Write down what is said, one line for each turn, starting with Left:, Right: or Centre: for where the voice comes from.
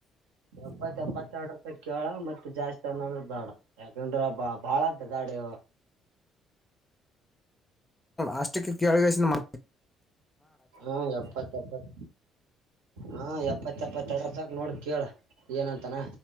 Right: ಎಪ್ಪತ್ತ ಎಪ್ಪತ್ತೆರಡು ರೂಪಾಯಿ ಕೇಳ ಮತ್ತ ಜಾಸ್ತಿ ಚಂದ ಅಂದ್ರ ಬಾಡ ಯಾಕಂದ್ರ ಬ ಬಾಳ ಅಂತ ಗಾಡಿ
Left: ಆಸ್ಟ್ರಿಕ ಕೀಳ ವಸಿಂದ ಮ
Right: ಹ್ಮ ಎಪ್ಪತ್ತ ಎಪ್ಪತ್ ಹಾ ಎಪ್ಪತ್ ಇತ್ತಪ್ಪತ್ತ ಎಡರ ತಕ ನೋಡ್ ಕೇಳ ಏನಂತಾನ